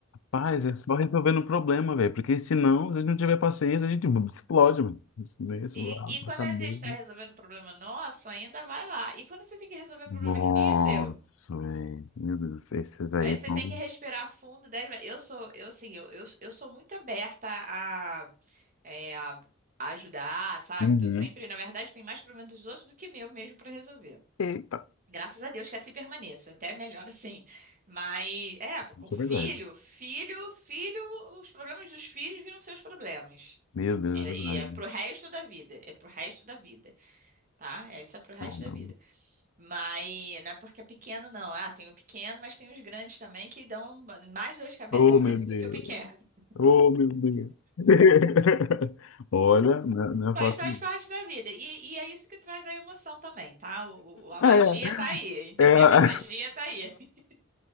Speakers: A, on the left (about 70°); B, on the right (about 40°).
A: Paz, é só resolvendo o problema, velho. Porque senão, se a gente não tiver paciência, a gente explode, mano. Isso, né? Isso,
B: E,
A: a
B: e quando
A: a cabeça.
B: a gente está resolvendo um problema nosso, ainda vai lá. E quando você tem que resolver um
A: Nossa,
B: problema que nem é seu?
A: velho. Meu Deus, esses aí
B: Aí
A: estão.
B: você tem que respirar fundo. dez Eu sou, eu assim, eu, eu, eu sou muito aberta a, é, a a ajudar, sabe?
A: Uhum.
B: Tô sempre, na verdade, tem mais problemas dos outros do que meu mesmo pra resolver.
A: Eita,
B: Graças a Deus que assim permaneça, até melhor assim. Mas, é, com
A: isso
B: filho,
A: é verdade.
B: filho, filho, os problemas dos filhos viram seus problemas.
A: Meu Deus,
B: É,
A: é
B: e
A: verdade.
B: é pro resto da vida, é pro resto da vida, tá? É, isso é pro resto
A: Caramba.
B: da vida. Mas não é porque é pequeno, não. Ah, tem o pequeno, mas tem os grandes também que dão mais dor de cabeça
A: Oh,
B: às vezes
A: meu Deus.
B: do que o pequeno. <laughs>
A: Oh, meu Deus. <laughs> Olha, não é não é
B: Mas
A: fácil.
B: faz
A: não.
B: parte da vida. E, e é isso que traz a emoção também, tá? O, o- a magia
A: <laughs>
B: tá aí, entendeu?
A: É, é a...
B: A magia tá aí. <laughs>